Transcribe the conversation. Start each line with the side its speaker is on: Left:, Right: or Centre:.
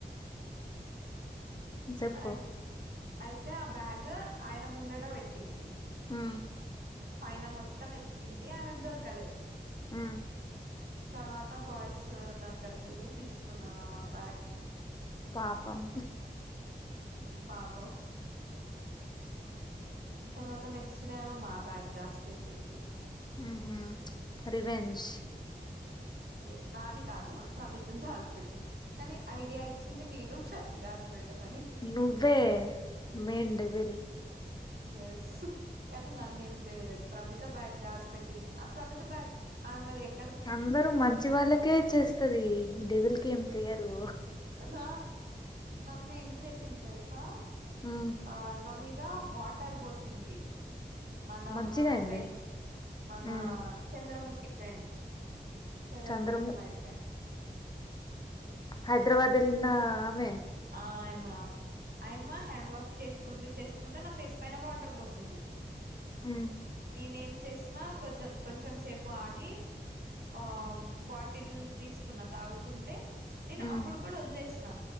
Left: చెప్పు
Right: అయి అయితే ఆ బ్యాగ్ ఆయన ముంగట పెట్టింది
Left: మ్మ్
Right: పైన మొత్తం ఎతికింది ఆమెకు దొరకలే
Left: మ్మ్
Right: తర్వాత బాయ్స్ దగ్గరకెళ్ళి తీసుకున్నారు ఆ మా బ్యాగ్
Left: పాపం
Right: పాపం తర్వాత నెక్స్ట్ డే ఏమో మా బ్యాగ్ దాసి పెట్టింది
Left: మ్మ్ హ్మ్ రివెంజ్
Right: ఎస్ నాది కాదు ప్రమిత్ ది దాస్ పెట్టింది కానీ ఐడియా ఇచ్చింది నేను బ్యాగ్ దాసి పెట్టమని
Left: నువ్వే మెయిన్ డెవిల్
Right: ఎస్ కానీ నన్నేం చేయలేదు ప్రమిత బ్యాగ్ దాస్ పెట్టింది ఆ ప్రమిత బ్యాగ్ అమెది ఎక్
Left: అందరు మంచి వాళ్ళకే చేస్తది డెవిల్కి ఏం చెయ్యరు
Right: హ నన్ని ఏం చేసింది తెలుసా
Left: మ్మ్
Right: ఆ న మీద వాటర్ పోసింది మనం
Left: మంచిగ
Right: మన
Left: అయింది
Right: ఫ్రెండ్ మన
Left: మ్మ్
Right: చంద్రముఖి ఫ్రెండ్ చంద్రముఖీ
Left: చంద్రము
Right: స్మాయిల్ ఫ్రెండ్
Left: హైదరాబాద్ తిరిగిన్న ఆమె
Right: ఆయమ్మ ఆయమ్మ హ్యాండ్ వాష్ చేసుకుంటూ చేస్ కుండ నా ఫేస్ పైన వాటర్ పోసింది
Left: హ్మ్
Right: నేనేం చేసినా కొద్దం కొంచం సేపు ఆగి ఆ బాటిల్ తీసుకున్న తాగుతుంటే నేను
Left: మ్మ్
Right: అప్పుడు కూడా వదిలేసిన